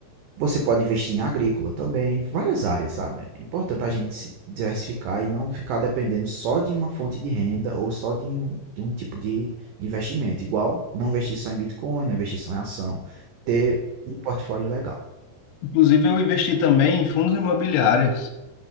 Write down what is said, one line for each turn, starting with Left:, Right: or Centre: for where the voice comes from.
Right: Você pode investir em agrícola também, várias áreas, sabe? É importante a gente se diversificar e não ficar dependendo só de uma fonte de renda ou só de um, de um tipo de investimento. Igual não investir só em Bitcoin, não investir só em ação. Ter um portfólio legal.
Left: Inclusive, eu investi também em fundos imobiliários.